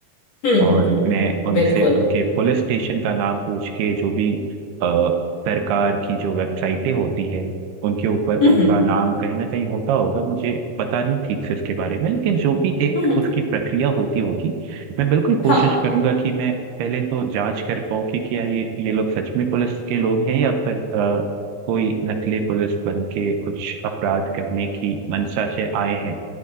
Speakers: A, on the left (about 45°); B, on the right (about 75°).
A: हम्म
B: और
A: हम्म
B: मैं उनसे
A: बिल्कुल
B: उनके पुलिस स्टेशन का नाम पूछ के जो भी अ, सरकार की जो वेबसाइटें होती है उनके ऊपर
A: हम्म
B: उनका नाम कहीं ना कहीं होता होगा मुझे पता नहीं ठीक से उसके बारे में लेकिन जो भी एक
A: हम्म
B: उसकी प्रक्रिया होती होगी मैं बिल्कुल कोशिश
A: हाँ
B: करूंगा कि मैं पहले तो जांच कर पाऊँ कि क्या ये ये लोग सच में पुलिस के लोग हैं या फिर अ, कोई नकली पुलिस बन के कुछ अपराध करने की मंशा से आए हैं